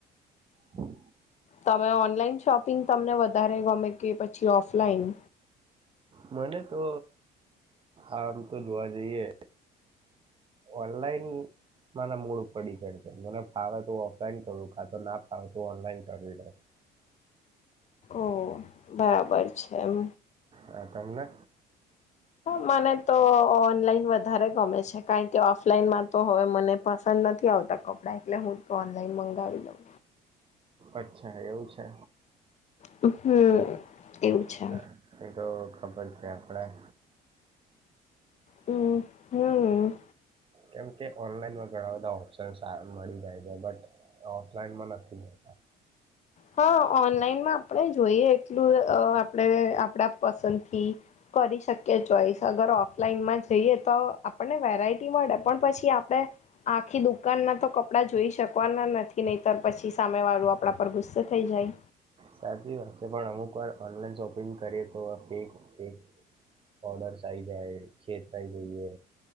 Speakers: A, on the right; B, on the left.
A: હમ
B: તમે ઓનલાઈન શોપિંગ તમને વધારે ગમે કે પછી ઓફલાઈન.
A: મને તો આમ તો જોવા જઈએ ઓનલાઈન મને મૂળ ઉપર ડિપેન્ડ કર મને ફાવે તો ઓફલાઈન કરું કા તો ના ફાવે તો ઓનલાઈન કરી દે હ
B: ઓ બરાબર છે એમ
A: હ તમને?
B: મને તો ઓનલાઈન વધારે ગમે છે કારણ કે ઓફલાઈનમાં તો હવે મને પસંદ નથી આવતા કપડા એટલે, હું તો ઓનલાઈન મંગાવી દઉં
A: અચ્છા એવું છે.
B: હમ એવું છે.
A: હા, એ તો ખબર છે આપણા
B: હમ. હમ.
A: કેમ કે ઓનલાઈનમાં ઘણા બધા ઓપ્શન મળી જાય છે બટ ઓફલાઈન માં નથી.
B: હા. ઓનલાઈનમાં આપણે જોઈએ એટલું આપણે આપડા પસંદથી કરી શકે ચોઈસ અગર ઓફલાઈનમાં જઈએ તો આપને વેરાયટી પણ પછી આપણે આખી દુકાન ના તો કપડા જોઈ શકવાના નથી નહીંતર પછી સામે વાળું આપણા પર ગુસ્સા થઈ જાય.
A: સાચી વાત છે પણ અમુક વાર ઓનલાઈન શોપિંગ કરીએ તો ફેક ફેક બોર્ડર સાઇઝ હૈ ખેત પ ગઈ હ